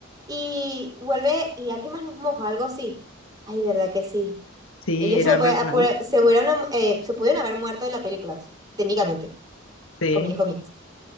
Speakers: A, on the right; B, on the left.
A: y vuelve y alguien más los moja, algo así. Ay, ¿verdad que sí?
B: Sí,
A: Ellos
B: era
A: se, fue-
B: re realista.
A: se, pudieron eh, se pudieron haber muerto en la película, técnicamente,
B: Sí.
A: con mi hijo mío.